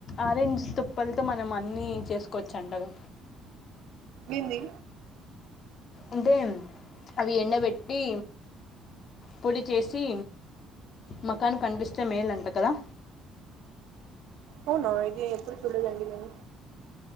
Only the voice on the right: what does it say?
ఎంది
అవునా ఇది ఎప్పుడు చూడలేదండి మేము